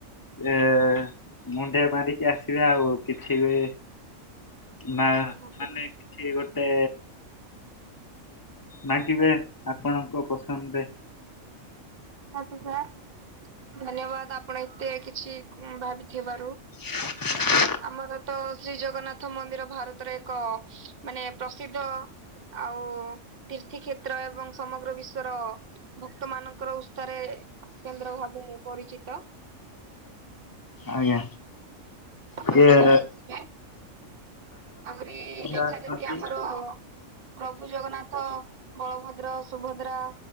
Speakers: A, on the left; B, on the right.
A: ଏ ମୁଣ୍ଡିଆ ମାରିକି ଆସିବେ ଆଉ କିଛି ବି ମା
B: ନିହାତି
A: ମାନେ କିଛି ଗୋଟେ ମାଗିବେ ଆପଣଙ୍କ ପସନ୍ଦ ଦେ।
B: ନାତି ସା ଧନ୍ୟବାଦ ଆପଣ ଏତେ କିଛି ଉଁ ଭାବିିଥିବାରୁ।
A: <inaudible>
B: ଆମର ତ ଶ୍ରୀ ଜଗନ୍ନାଥ ମନ୍ଦିର ଭାରତର ଏକ ମାନେ ପ୍ରସିଦ୍ଧ। ଆଉ ତିର୍ଥି କ୍ଷେତ୍ର ଏବଂ ସମଗ୍ର ବିଶ୍ବର ଭକ୍ତ ମାନ ଙ୍କର ଉସ୍ତାରେ କେନ୍ଦ୍ର ଭାବେ ପରିଚିତ।
A: ଆଜ୍ଞା,
B: ଆପଣ
A: କିଏ
B: ତ ଜାଣିଥିବେ ଆହୁରି ଏଠାରେ
A: ଆସନ୍ତି
B: ବି ଆମର ପ୍ରଭୁ ଜଗନ୍ନାଥ, ବଳଭଦ୍ର, ସୁଭଦ୍ରା।